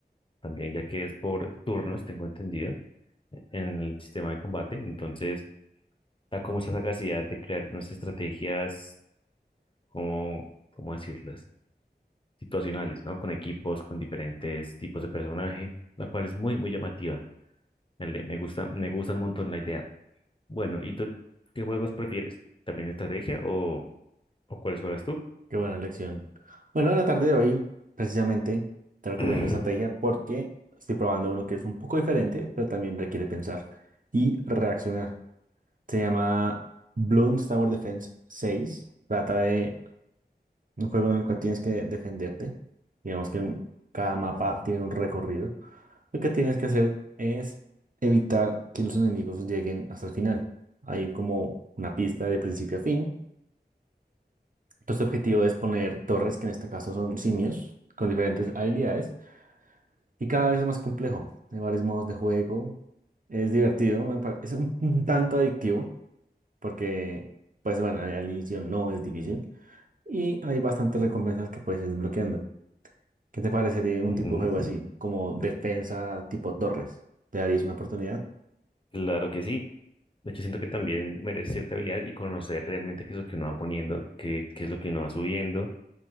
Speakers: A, on the left; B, on the right.
A: también, ya que es por turnos, tengo entendido, en el sistema de combate. Entonces, da como esa capacidad de crear unas estrategias, como, ¿cómo decirlas? Situacionales, ¿no? Con equipos, con diferentes tipos de personaje, la cual es muy, muy llamativa. Me me gusta, me gusta un montón la idea. Bueno, ¿y tú qué juegos prefieres? ¿También estrategia o, o cuáles juegas tú?
B: Qué buena elección. Bueno, en la tarde de hoy, precisamente, te recomiendo
A: <clears throat>
B: estrategia porque estoy probando uno que es un poco diferente, pero también requiere pensar y reaccionar. Se llama Bloons Tower Defense seis Trata de Un juego en el cual tienes que defenderte. Digamos que en- cada mapa tiene un recorrido. Lo que tienes que hacer es evitar que los enemigos lleguen hasta el final. Hay como una pista de principio a fin. Entonces, tu objetivo es poner torres, que en este caso son simios, con diferentes habilidades. Y cada vez es más complejo. Hay varios modos de juego. Es divertido. me pare- Es un, un tanto adictivo. Porque, pues bueno, al al inicio no es difícil. Y hay bastantes recompensas que puedes ir desbloqueando. ¿Qué te parecería un
A: Ujú,
B: tipo de juego así, como defensa tipo Torres? ¿Te darías una oportunidad?
A: Claro que sí. De hecho, siento que también merece cierta habilidad y conocer realmente qué es lo que uno va poniendo, qué, qué es lo que uno va subiendo,